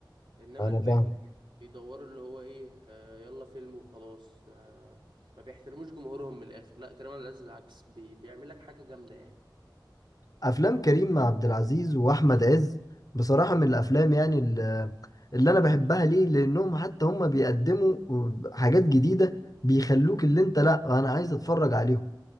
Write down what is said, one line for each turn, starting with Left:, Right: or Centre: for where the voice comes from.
Right: انما
Left: انا
Right: الباقي
Left: فاهم
Right: بيدوروا اللي هو ايه آه يلا فيلم وخلاص آه ما بيحترموش جمهورهم من الاخر لا كريم عبد العزيز العكس بي بيعمل لك حاجه جامده يعني
Left: افلام كريم مع عبد العزيز واحمد عز بصراحه من الافلام يعني ال- اللي انا بحبها ليه لانهم حتى هم بيقدموا حاجات جديده بيخلوك اللي انت لا انا عايز اتفرج عليهم